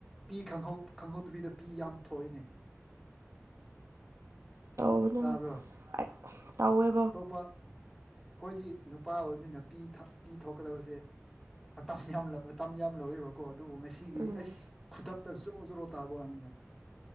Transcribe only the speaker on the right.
ꯇꯧꯕꯅ
<unintelligible> ꯇꯧꯋꯦ
ꯎꯝ